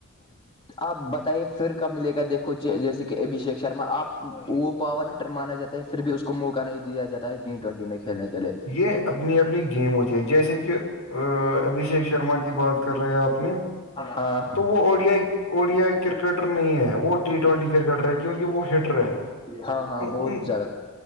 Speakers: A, on the left; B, on the left.
A: آپ بتائیے پھر کب ملے گا دیکھو جیسے کہ ابھیشیک شرما آپ وہ پاور ہیٹر مانا جاتا ہے پھر بھی اس کو موقع نہیں دیا جاتا ہے ٹی ٹوینٹی میں کھیلنے کے لیے
B: یہ اپنی اپنی گیم ہوتی ہے جیسے کہ ابھیشیک شرما کی بات کر رہے ہیں آپ نے
A: ہاں
B: تو وہ O D I O D I cricketer نہیں ہے وہ ٹی ٹوینٹی کرکٹر ہے کیونکہ وہ ہٹر ہے
A: ہاں ہاں
B: ان-
A: بہت
B: ان-
A: زیادہ